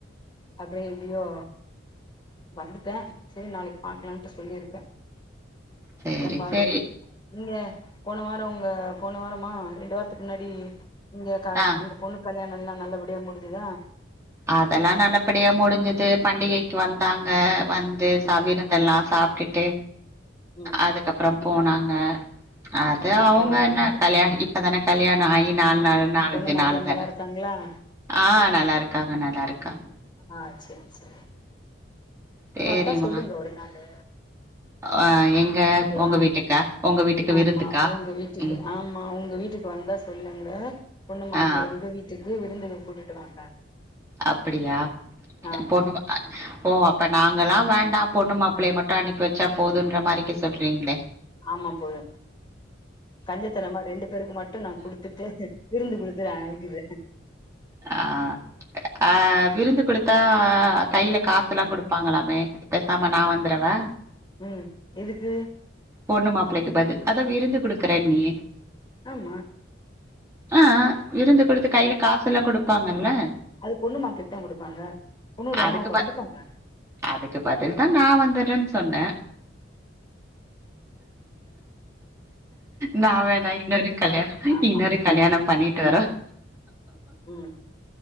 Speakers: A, on the left; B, on the right.
A: அபபடியே இதுயு வந்துட்ட சேர் நாளைக்கு பாக்கலான்டு சொல்லியிருக்க
B: சரி
A: ஏம்பாடு
B: சரி
A: நீங்க போன வாரோ உங்க போன வாரமா ரெண்டு வாரத்துக்கு முன்னாடி இங்க க
B: ஆ
A: உங்க பொண்ணுக் கல்யாணம் எல்லாம் நல்லபடியா முடுஞ்சுதா
B: அதெல்லா நல்லபடியா முடுஞ்சுது பண்டிகைக்கு வந்தாங்க வந்து
A: ம்
B: சவீரதெல்லா
A: ம்
B: சாப்டுட்டு
A: ம்
B: அதுக்கப்புறோம்
A: ம்
B: போனாங் அ அது அவுங்க
A: ஓகே
B: என்ன
A: ஓகே
B: கல்யாணி இப்பதான கல்யாண ஆயி நாலு
A: ஆ
B: நாள் நாலஞ்சு
A: பொண்ணு மாப்ள
B: நாள் தான
A: நல்லா இருக்காங்களா
B: ஆ நல்லா இருக்காங்க நல்லா இருக்காங்க
A: ஆ சேரி சேரி
B: சேரிம்மா
A: இப்ப அதா சொல்லுங்கோ ஒரு ரெண் நாளு
B: ஆ எங்க
A: ஓகேவா
B: உங்க வீட்டுக்கா உங்க வீட்டுக்கு
A: ஆமா
B: விருந்துக்கா
A: உங்க வீட்டுக்கு
B: ம்
A: ஆமா உங்க வீட்டுக்கு வந்தா சொல்லுங்க பொண்ணு மாப்புள்ளைய
B: ஆ
A: எங்க வீட்டுக் இது விருந்துக்கு கூட்டிட்டு வாங்க
B: அப்டியா
A: ஆமா
B: பொண்ணு மா ஓ அப் இப்ப நாங்க எல்லா வேண்டா பொண்ணு மாப்புளைய மட்டு அனுப்பி வெச்சா போதன்ற மாதிரிக்கு சொல்றீங்களே
A: ஆமா போது கஞ்சத்தனமா ரெண்டு பேருக்கு மட்டுநா குடுத்துட்டு விருந்து குடுத்து அனுப்பிற
B: ஆ ஆ விருந்து குடுத்தா கையில காசெல்லா
A: ம்
B: குடுப்பாங்களாமே பேசாம நான் வந்துரவா
A: உம் எதுக்கு
B: பொண்ணு மாப்பிளைக்கு பதில் அத விருந்து கொடுக் க்கற நீயே
A: ஆமா
B: ஆஹ் விருந்து கொடுத்து கையில காசு எல்லாம் கொடுப்பாங்கல்ல
A: அது பொண்ணு மாப்பிளைக்குதான் குடுப்பாங்க பொண்ணுடைய
B: அதுக்கு
A: அம்மவுக
B: ப
A: குடுப்பாங்கஹ்
B: அதுக்கு பதில் தா நா வந்துடுறேன்னு சொன்னே நான் வேணா இன்னொரு கல்யாணம்
A: ஆமா
B: இன்னொரு கல்யாணம் பண்ணிட்டு வரோம்
A: உம்